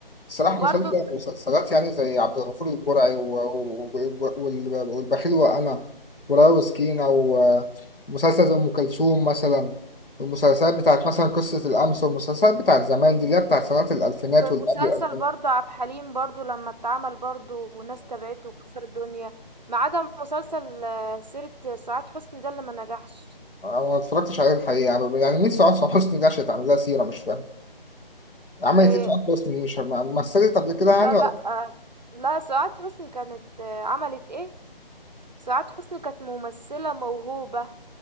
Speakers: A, on the left; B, on the right.
A: الصراحه
B: وبرضو
A: مسلسل
B: ف-
A: مسلسلات يعني زي عبد الغفور البرعي و- و- و- وال- والبخيل وانا ورايا وسكينه ومسلسل زي ام كلثوم مثلا المسلسلات بتاعت مثلا قصه الامس والمسلسلات بتاعت زمان دي اللي هي بتاعت سنوات الالفينات
B: ومسلسل
A: واللي قبل الالفينات
B: برضو عبد الحليم برضو لما اتعمل برضو وناس تابعته وكسر الدنيا ما عدا مسلسل آه، سيرة سعاد حسني ده اللي ما نجحش
A: انا ما اتفرجتش عليه الحقيقه يعني نفسي اعرف حسني دي عشان تعمل لها سيره مش فاهم عملت
B: إيه
A: ايه في عمرو حسني دي مش فاهم مثلت قبل كده يعني
B: لا لا
A: ولا-
B: آه، لا سعاد حسني كانت آه، عملت ايه سعاد حسني كانت ممثلة موهوبة